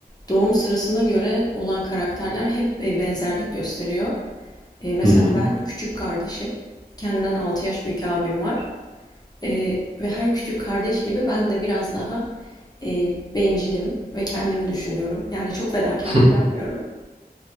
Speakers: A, on the left; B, on the right.
A: doğum sırasına göre olan karakterler hep e, benzerlik gösteriyor. E, mesela
B: Hı hı.
A: ben küçük kardeşim, kendimden 6 yaş büyük abim var. E, ve her küçük kardeş gibi ben de biraz daha e, bencilim ve kendimi düşünüyorum. Yani çok fedakarlık
B: <laughs>
A: yapmıyorum.